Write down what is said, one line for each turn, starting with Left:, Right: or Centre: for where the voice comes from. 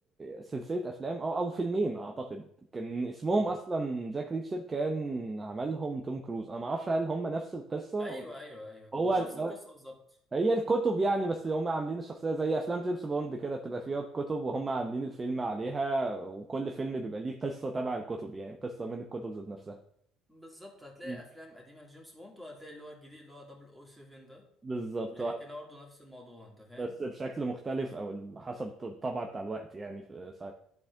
Right: سلسله افلام او او فيلمين اعتقد كان اسمهم
Centre: م.
Right: اصلا جاك ريتشر كان عملهم توم كروز انا ما اعرفش هل هم نفس القصه
Centre: أيوه
Right: ولا-
Centre: أيوه أيوه
Right: هو
Centre: ومش نفس القصة بالظبط
Right: هي الكتب يعني بس هم عاملين الشخصيه زي افلام جيمس بوند كده بتبقى فيها الكتب وهم عاملين الفيلم عليها وكل فيلم بيبقى ليه قصه تبع الكتب يعني قصه من الكتب ذات نفسها
Centre: بالظبط هتلاقي
Right: مم.
Centre: افلام قديمه لجيمس بوند وهتلاقي اللي هو الجديد اللي هو 007 ده
Right: بالظبط
Centre: بيحكي برضه نفس الموضوع انت فاهم
Right: بس بشكل مختلف او حسب الطبع بتاع الوقت يعني في